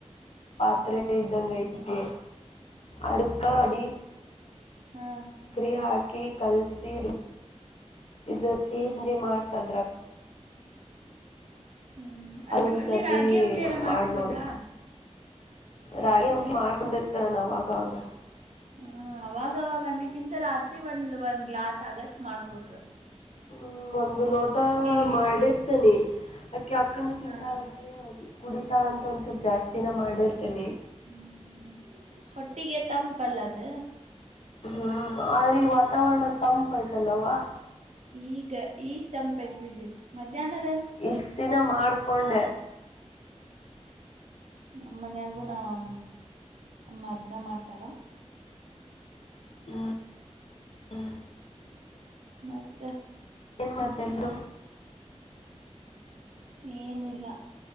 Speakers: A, on the left; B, on the right.
A: ಪಾತ್ರೆ ಇದ್ದಂಗ ಐತಿ ಅದಕ್ಕ ಅಡಿ
B: ಹಾ
A: ಕ್ರಿ ಹಾಕಿ ಕಲ್ಸಿ ಇ ಸ್ವೀ ಮಾಡ್ತದ್ರ
B: ಹ್ಮ್ ಅದ್ರ
A: ಅದೊಂದ್ಸತಿ
B: ಬದ್ಲಿ ರಾಗಿ ಅಂಬ್ಲಿಯಾರ
A: ಮಾಡ
B: ಮಾಡ್ಕೋಬೇಕಾ
A: ನೋಡಿ ರಾಗಿ ಅಂಬಲಿ ಮಾಡ್ಕೊಂಡಿರ್ತಾರ ನಾವ್ ಆವಾಗವಾಗ
B: ಹ್ಮ ಅವಾಗವಾಗ ಅನ್ನಕ್ಕಿಂತ ರಾತ್ರಿ ಒಂದ್ ಒಂದ್ ಗ್ಲಾಸ್ ಆಗಷ್ಟ್ ಮಾಡ್ಕೊಬೇಕು
A: ಹ್ಮ್ ಒಂದು ಲೋಟ
B: ಹೀಟ್
A: ಮಾಡಿರ್ತನಿ ಆಕ್ಕಿ ಅಕ್ಕನು ತಿಂತಾಳಂತೆ
B: ಹಾ
A: ಕುಡಿತಾಳ ಅಂತ ಒಂದ ಚೂರ್ ಜಾಸ್ತಿನ ಮಾಡಿರ್ತನಿ
B: ಹ್ಮ್ ಹೊಟ್ಟಿಗೆ ತಂಪಲ್ಲದ
A: ಹ್ಮ್ ಆದ್ರ ಈ ವಾತಾವರಣ ತಂಪ ಆಯ್ತಲ್ಲವಾ
B: ಈಗ ಈಗ ತಂಪೈತ್ ಬಿಡ್ರಿ ಮಧ್ಯಾಹ್ನರ
A: ಇಷ್ಟ ದಿನ ಮಾಡಕೊಂಡೆ
B: ನಮ್ಮ ಮನ್ಯಾಗುನ ಅ ಅಮ್ಮ ಅದ್ನ ಮಾಡ್ತಾರ
A: ಹ್ಮ್ ಹ್ಮ್
B: ಮತ್ತ
A: ಏನ್ ಮಾತಲ್ರು
B: ಏನಿಲ್ಲಾ